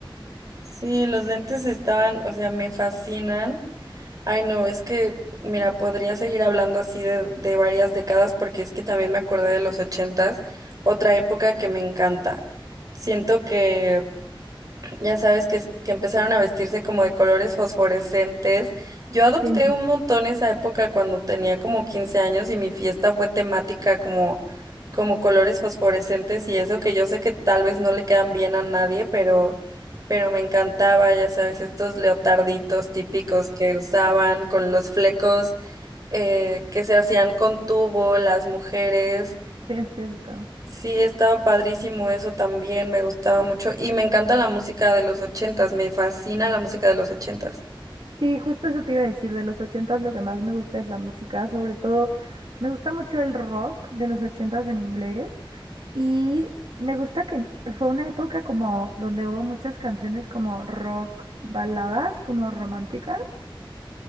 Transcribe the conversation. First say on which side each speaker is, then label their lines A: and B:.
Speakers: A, on the right (about 40°); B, on the right (about 75°).
A: Sí, los lentes estaban, o sea, me fascinan. Ay, no, es que, mira, podría seguir hablando así de, de varias décadas porque es que también me acordé de los ochentas, otra época que me encanta. Siento que Ya sabes que, que empezaron a vestirse como de colores fosforescentes. Yo adopté
B: Sí, <laughs>
A: un montón esa época cuando tenía como 15 años y mi fiesta fue temática como, como colores fosforescentes y eso que yo sé que tal vez no le quedan bien a nadie, pero, pero me encantaba, ya sabes, estos leotarditos típicos que usaban con los flecos eh, que se hacían con tubo las mujeres.
B: sí es cierto.
A: Sí, estaba padrísimo eso también, me gustaba mucho y me encanta la música de los ochentas, me fascina la música de los ochentas.
B: Sí, justo eso te iba a decir, de los ochentas lo que más me gusta es la música, sobre todo me gusta mucho el rock de los ochentas en inglés. Y me gusta que fue una época como donde hubo muchas canciones como rock baladas, como románticas.